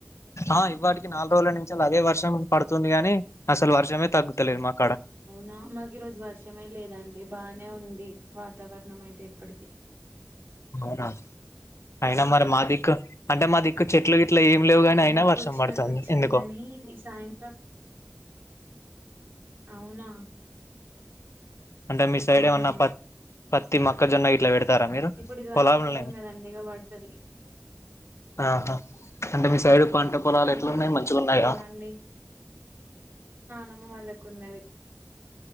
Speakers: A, on the left; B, on the right.
A: ఆ ఇవ్వాటికి నాలుగు రోజుల నుంచి అదే వర్షం పడుతుంది గానీ అసలు వర్షమే తగ్గుతలేదు మాకు
B: అవునా మాకీరోజు వర్షమే లేదండి బానే ఉంది ది వాతావరణం అయితే ఇప్పటికి
A: అవునా, అయినా మరి మా దిక్కు అంటే మా దిక్కు చెట్లు ఇట్లా ఏం లేవు గాని అయినా
B: మబ్బొచ్చినట్టు
A: వర్షం పడుతుంది
B: వచ్చింది
A: ఎందుకో
B: గాని నీ సాయంత్రం అవునా
A: అంటే మీ సైడ్
B: అవునా
A: ఏమన్నా పత్ పత్తి మెుక్కజొన్న ఇట్లా పెడ తారా మీరు
B: ఇప్పుడు ఇది
A: పోలంల్నే
B: వర్షాకాలం కదండి ఇక పడుతది
A: ఆహా అంటే మీ సైడు పంట పొలాలు
B: ఆహా
A: ఎట్లున్నాయి మంచిగా ఉన్నాయా
B: లేవండి అమ్మోలకున్నది